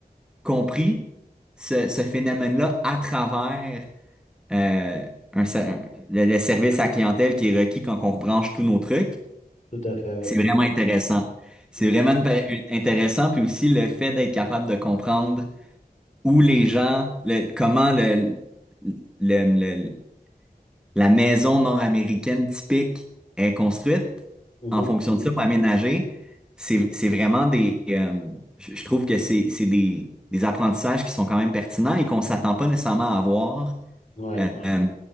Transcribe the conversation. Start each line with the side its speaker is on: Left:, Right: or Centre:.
Centre: compris ce, ce phénomène-là à travers euh, un se- un- le, le service à la clientèle qui est requis quand on rebranche tous nos trucs,
Left: Tout à fait, ouais.
Centre: c'est vraiment intéressant. C'est
Left: Mhm,
Centre: vraiment une pa- une- intéressant, puis aussi le fait d'être capable de comprendre où les gens, le- comment le, le, La maison nord-américaine typique est construite
Left: mhm,
Centre: en fonction
Left: mhm.
Centre: de ça pour aménager. C'est, c'est vraiment des... euh, je, je trouve que c'est, c'est des, des apprentissages qui sont quand même pertinents et qu'on s'attend pas nécessairement à avoir
Left: Ouais,
Centre: euh,
Left: ouais.
Centre: euh,